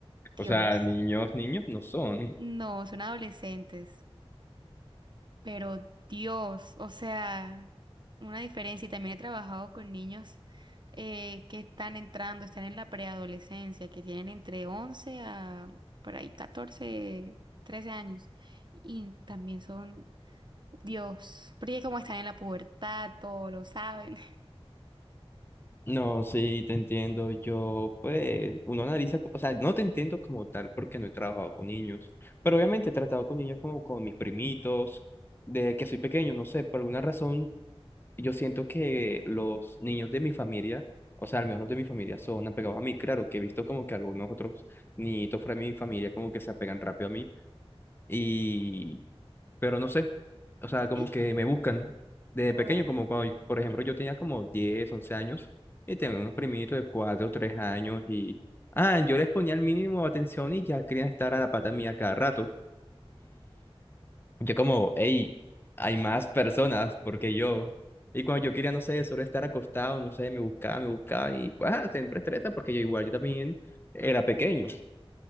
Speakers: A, on the right; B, on the left.
A: Dios,
B: O sea, niños, niños no son.
A: no, son adolescentes. Pero Dios, o sea, una diferencia. Y también he trabajado con niños eh, que están entrando, están en la preadolescencia, que tienen entre 11 a por ahí 14, 13 años. Y también son, Dios, porque como están en la pubertad, todo lo saben.
B: no, sí, te entiendo, yo pues, uno analiza, o sea, no te entiendo como tal porque no he trabajado con niños, pero obviamente he tratado con niños como con mis primitos, desde que soy pequeño, no sé, por alguna razón yo siento que los niños de mi familia, o sea, al menos los de mi familia son apegados a mí. Claro que he visto como que algunos otros niñitos fuera de mi familia como que se apegan rápido a mí y, pero no sé, o sea, como
A: <laughs>
B: que me buscan desde
A: ¿Sí?
B: pequeño, como cuando, yo- por ejemplo, yo tenía como 10, 11 años y tenía unos primitos de 4, 3 años y, ah, yo les ponía el mínimo de atención y ya querían estar a la pata mía cada rato. Yo como, hey, hay más personas porque yo. Y cuando yo quería, no sé, solo estar acostado, no sé, me buscaba me buscaba y pues ah, siempre estresa porque yo igual, yo también era pequeño.